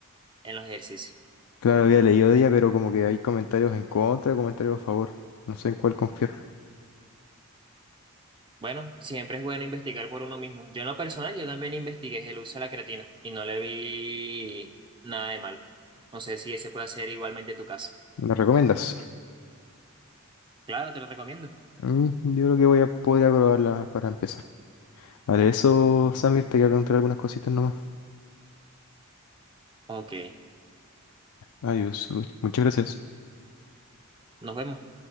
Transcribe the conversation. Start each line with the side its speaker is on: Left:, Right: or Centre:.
Right: en los ejercicios.
Left: Claro, había leído de ella, pero como que hay comentarios en contra, comentarios a favor. No sé en cuál confiar.
Right: Bueno, siempre es bueno investigar por uno mismo. Yo en lo personal, yo también investigué el uso de la creatina y no le vi nada de malo. No sé si ese puede ser igualmente tu caso.
Left: ¿Me recomiendas?
Right: Claro, te lo recomiendo.
Left: Mm, yo creo que voy a poder probarla para empezar. Vale, eso, Samir, te quería preguntar algunas cositas nomás.
Right: Ok,
Left: Adiós, Luis. Muchas gracias.
Right: nos vemos.